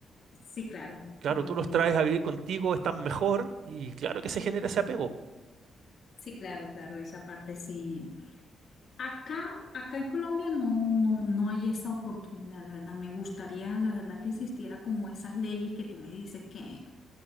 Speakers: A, on the left (about 55°); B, on the right (about 75°).
A: sí, claro,
B: Claro,
A: no,
B: tú los traes a vivir contigo, están mejor y claro que
A: sí,
B: se genera
A: claro,
B: ese apego.
A: sí, claro, claro, esa parte sí. Acá, acá en Colombia no, no, no hay esa oportunidad, la verdad. Me gustaría, la verdad, que existiera como esas leyes que tú me dices que